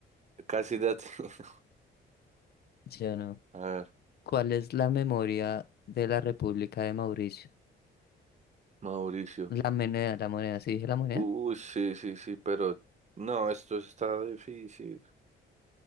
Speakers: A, on the right; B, on the left.
A: Casi date. <laughs>
B: yo no,
A: A ver,
B: ¿cuál es la memoria de la República de Mauricio?
A: Mauricio.
B: La moneda, la moneda, sí dije la moneda.
A: Uy, sí, sí, sí, pero no, esto está difícil.